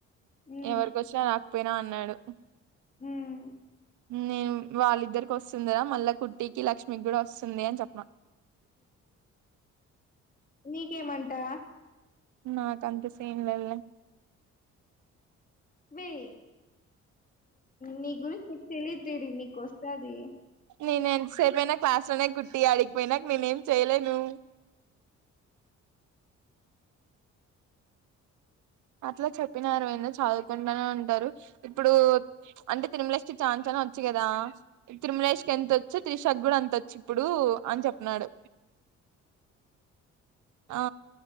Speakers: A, on the left; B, on the right.
A: ఉమ్
B: ఎవరికి వచ్చినా రాకపోయినా అన్నాడు
A: హ్మ్
B: నేను వాళ్ళిద్దరికి వస్తుందరా మళ్ళా కుట్టికి లక్ష్మికి కూడా వస్తుంది అని చెప్పన్నా
A: నీకేం అంటా
B: నాకు అంత సీన్ లేదులే
A: వేయి నీ గురించి నీకు తెలియదు తడి నీకు వస్తాది
B: నేను ఎంతసేపోయినా క్లాస్ లోనే కుట్టి అడిగిపోయినాక నేనే ఏం చేయలేను అట్లా చెప్పిన అరవింద చదువుకుంటనే ఉంటారు ఇప్పుడు అంటే తిరుమలస్తే ఛాన్స్ వచ్చి కదా తిరుమలేేష్కి ఎంతొచ్చి త్రిషక్ గుడు అంత వచ్చు ఇప్పుడు అని చెప్పన్నాడు ఆ